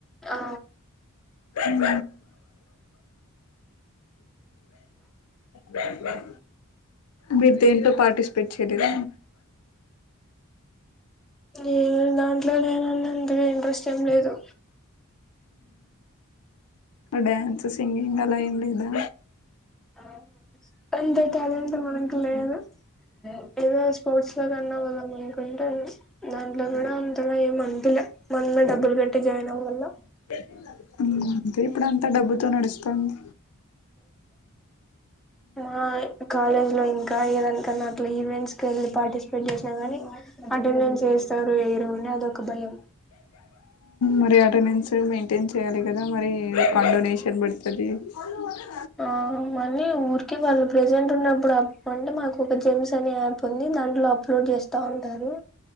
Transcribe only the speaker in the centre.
ఆ
ఏదాంట్లో నేనుండను అంతగా ఇంట్రెస్ట్ ఏం లేదు
ఆ అంత టాలెంట్ మనకు లేదు ఏదో స్పోర్ట్స్ లో కి అన్నావ్ కదా అనుకుంటున్నా దాంట్లో కూడా అంతగా ఏం అనిపి లా మనమే డబ్బులు కట్టి జాయిన్ అవ్యాల్లా
మా కాలేజ్ లో ఇం కా ఇడంకనా ఈవెట్స్ కి వెళ్ళి పార్టి ట్ చేసినా కానీ అటెండెన్స్ వేస్తారో వెయ్యరో అని అదొక భయం
ఆ మనీ ఊర్కె వాల్ ప్రెజెంట్ ఉన్నప్పుడు అ అంటే మాకు ఒక జిమ్స్ అనే యాప్ ఉంది దాంట్లో అప్లోడ్ చేస్తా ఉంటారు